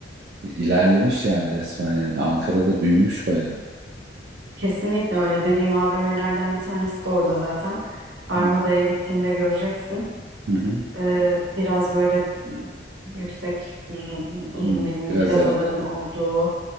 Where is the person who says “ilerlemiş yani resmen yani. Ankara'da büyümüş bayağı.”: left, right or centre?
Right